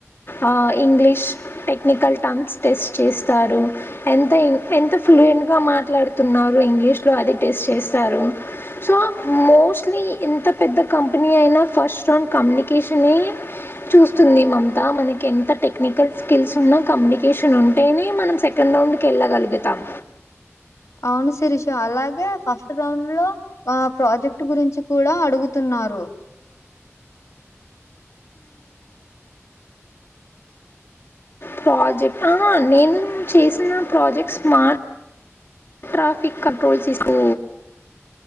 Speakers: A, on the left; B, on the left.
A: ఆ ఇంగ్లీష్ టెక్నికల్ టమ్స్ టెస్ట్ చేస్తారు. ఎంత ఎంత ఫ్లూయెంట్ ఫ్లుయేంట్గా మాట్లాడుతున్నారు. ఇంగ్లీషులో అది టెస్ట్ చేస్తారు సో మోస్ట్లీ ఎంత పెద్ద కంపెనీ అయినా ఫస్ట్ రౌండ్ కమ్యూనికేషనే చూస్తుంది మమత మన కేంత టెక్నికల్ స్కిల్స్ ఉన్నా కమ్యూనికేషన్ ఉంటేనే మనం సెకండ్ రౌండ్కి వెళ్ళగలుగుతాం
B: అవును శిరీష అలాగే ఫస్ట్ రౌండ్ లో ఆ ప్రాజెక్ట్ గురించి కూడా అడుగుతు న్నారు
A: ప్రాజెక్ట్ ఆహ నేను చేసిన ప్రాజెక్ట్ స్మార్ట్ ట్రాఫిక్ కంట్రోల్ చేస్తు